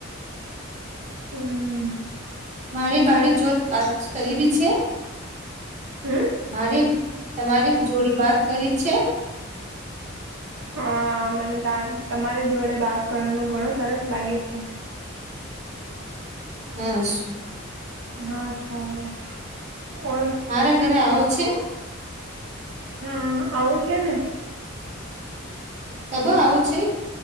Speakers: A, on the right; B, on the right.
A: હમ્મ.
B: મારી બારી જોત વાત કરીબી છે.
A: હમ
B: મારી તમારી જોડી બાત કરી છે?
A: હા મને તાન તમારે જોડે બાત કરવાનું ઘણું સરસ લાગે છે.
B: હા શું?
A: હા સારા બોલ
B: મારા ઘરે આવું છે?
A: હમ્મ આવું છે ને.
B: કબ આવું છે?